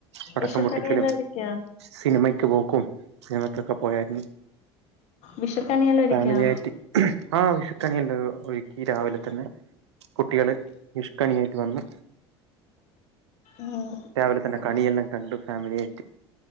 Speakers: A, on the right; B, on the left.
A: പടക്കം
B: വിഷുക്കണിയെല്ലാം
A: പൊട്ടിക്കലും
B: ഒരുക്കിയോ
A: സിനിമക്ക് പോക്കും സിനിമക്കൊക്കെ പോയാരുന്നു
B: വിഷുക്കണിയെല്ലാം ഒരുക്കിയോ
A: ഫാമിലിയായിറ്റ്‌ ആ വിശുക്കണിയല്ലോ ഒഴി ഈ രാവിലെതന്നെ കുട്ടികള് വിഷു കണിയായിട്ട് വന്ന്
B: ഉം
A: രാവിലെ തന്നെ കണിയെല്ലം കണ്ടു ഫാമിലിയായിറ്റ്‌